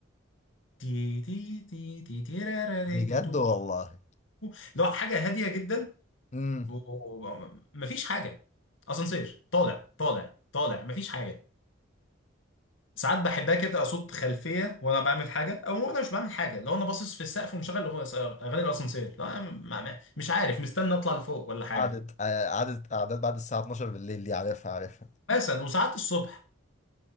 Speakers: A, on the left; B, on the left.
A: تي تي تي تي تي را را ري
B: بجد
A: تو تو
B: والله
A: تي و- اللي هو حاجه هاديه جدا
B: امم
A: ومفيش حاجه اسانسير طالع طالع طالع مفيش حاجه ساعات بحبها كده تبقى صوت خلفيه وانا بعمل حاجه او وانا مش بعمل حاجه لو انا باصص في السقف ومشغل أغ- اغاني الاسانسير لا ما- ما- مش عارف مستني اطلع لفوق ولا حاجه
B: قعدت آه، قعدت قعدات بعد الساعة 12 بالليل دي عارفها عارفها
A: مثلا وساعات الصبح